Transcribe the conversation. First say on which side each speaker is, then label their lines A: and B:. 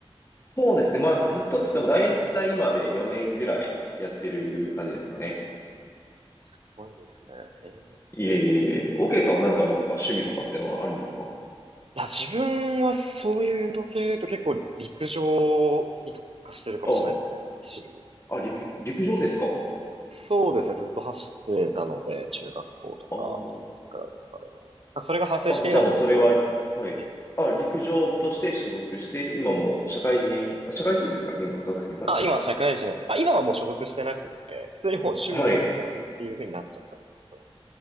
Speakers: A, on the left; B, on the right.
A: そうですね。まあ、ずっとって言っても、だいたい今で4年ぐらいやってる感じですかね。
B: すごいですね。ええ。
A: いえいえいえ。OK さんはなんかあれですか趣味とかってのはあるんですか
B: いや、自分はそういう運動系で言うと結構陸上に特化してるかもしれないですね。
A: あ、
B: 走る。
A: あ、陸、陸上ですか
B: そうですね。ずっと走ってたので、中学校とか、
A: あ
B: まあ、クラブとかでも。あそれが発生して今もずっと、
A: あ、あ、じゃあもうそれは、
B: まあ、
A: はい。
B: ええ。
A: あ、陸上部として所属して、今もう社会人、あ社会人ですかね今、学生さんです
B: あ、今は社会人ですけど、あ、今はもう所属してなくて、普通にもう趣味の一環っていう風になっちゃったんですけど、
A: かはい。